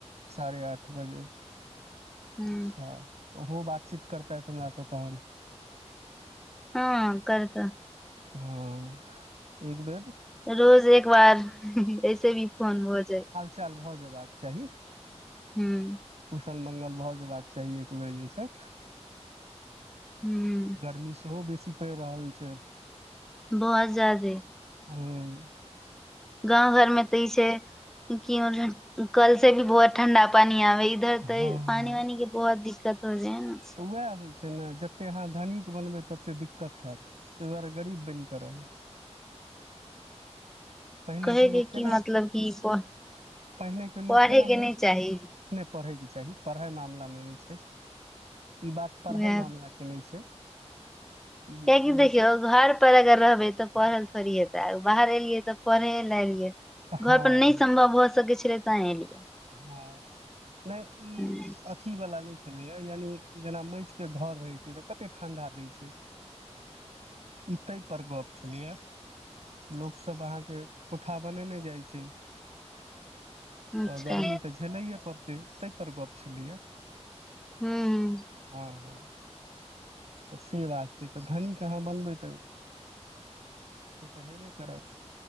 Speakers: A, on the right; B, in the centre.
A: साढ़े आठ बजे,
B: ह
A: अच्छा। ओहो बातचीत करतैथ हमरासँ तहन।
B: हँ करता।
A: हँ एकबेर
B: रोज एकबार हींहीं ऐसे भी फोन भऽ जाइ
A: चाल भऽ जयबाक चाही।
B: हूॅह।
A: कुशल मंगल भऽ जेयबाक चाही एक बेेर जे छै।
B: हूँ ह।
A: गर्मी सेहो बेसी पड़ि रहल छै।
B: बहोत जादे।
A: हम्ह‌।
B: गाँंव घर में तऽ ई छै कि कल से भी बहुत ठण्डा पानी आबै। इधर
A: हँ
B: तऽ
A: हँ
B: पानि वानि के बहोत दिक्कत हो जाय है नऽ।
A: वएह होइ छै ने जते अहाँ धनिक बनबै तते दिक्कत हेएत। ताहि दुआरे गरीब बनि कऽ रहु। पहिलेके
B: कहे
A: लोक
B: के
A: केना
B: की मतलब कि पढ़
A: पहिलेके लोक
B: पढ़े
A: केना
B: के
A: म
B: नहि चाही
A: नहि पढ़ैके चाही पढ़ाई मामलामे नै छै ई बात पढ़ाई
B: कियकि
A: मामलाके केने छै। ई
B: कियाकी
A: ई
B: देखियौ घर पर अगर रहबै तऽ पढ़ल थोड़ी हेतै बाहर एलियै तऽ पढ़े ले एलियै
A: हँ
B: घर पर नै सम्भव भऽ सकैत छलै। तेय एलियै।
A: हाँम्ह नैह ई।
B: हूं
A: अथी वाला नहि छलैया यानि जेना मैटके घर रहै छै तऽ कते ठंडा दै छै। ई तैह पर गप्प छलैए। लोकसब अहाँके कोठा बनेने जाइ छैथ।
B: अच्छा
A: तऽ गरमी तऽ झेलैए पड़तै तैह पर गप्प छलैए।
B: ह्म हूँ।
A: हा हो। त से बात छै तऽ धनीक अहाँ बनबै त से त हेबे करत।